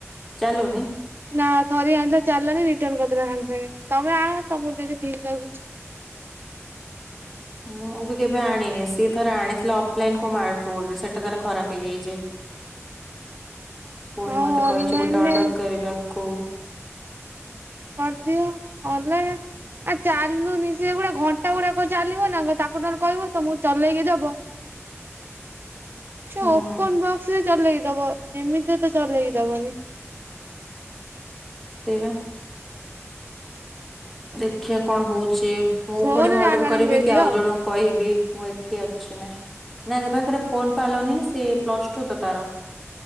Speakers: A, in the centre; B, on the right (about 45°).
A: ଚାଲୁନିି?
B: ନା ଥରିଏ ଆଣିିଲେ ଚାଲିଲାନି ରିଟର୍ନ କରିଦେଲା ସାଙ୍ଗେ ସାଙ୍ଗେ ତମେ ଆଣ ତମକୁ ଯଦି ଠିକ ଲାଗୁଛି?
A: ମୁଁ ବି କେବେ ଆଣିନି। ସିଏ ଥରେ ଆଣିଥିଲା ଅଫଲାଇନ କୋଉ ମାର୍ଟ ରେ ସେଇଟା ତାର ଖରାପ ହେଇଯାଇଛି। ପୁଣି
B: ହଁ
A: ମତେ
B: ଅନଲାଇନରେ
A: କହିଛି ଗୋଟେ ଅର୍ଡର କରିବାକୁ।
B: କରିଦିଅ। ଅନଲାଇନ ଆ ଚାଲୁନି ସେ ଗୁଡା ଘଣ୍ଟା ଗୁଡାକଣ ଚାଲିବ ନା ତାକୁ କହିବ ତ ମୁଁ ଚଲେଇକି ଦବ,
A: <inaudible>
B: ସେ
A: ହୁଁ
B: ଓପନ ବକ୍ସ ରେ ଚଲେଇକି ଦବ। ଏମିତିରେ ତ ଚଲେଇକି ଦବନି।
A: ସେଇବା। ଦେଖିଆ କଣ ହଉଛି, ମୁଁ
B: ଫୋନରେ
A: ପୁଣି ଅର୍ଡର
B: ଆଲାରାମ
A: କରିବି
B: ଦେଇଦିଅ
A: କି ଆଉ ଜଣଙ୍କୁ, କହିବି ମୁଁ ଏଠି ଅଛି ନା। ନାଇ ତା ପାଖରେ ଫୋନ ପା ହେଲାନି ସେ ପ୍ଲସ ଟୁ ତ ତାର।